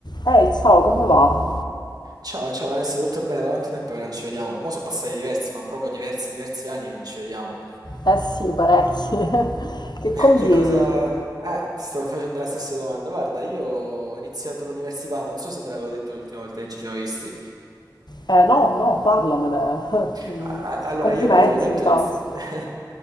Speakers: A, on the left (about 70°); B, on the right (about 60°).
A: Ehi, ciao, come va?
B: Ciao, ciao Vanessa, tutto bene? Da quanto tempo che non ci vediamo? Mo' sono passati diversi, ma proprio diversi, diversi anni che non ci vediamo.
A: Eh sì, parecchi. <laughs> Che
B: <laughs>
A: combini?
B: Che cosa... Eh, ti stavo facendo la stessa domanda. Guarda, io ho iniziato l'università, non so se te l'avevo detto l'ultima volta che ci siamo visti.
A: Eh no, no, parlamene. <laughs> Mm,
B: A- Allora,
A: Complimenti
B: io praticamente,
A: intanto.
B: ho iniz- <laughs>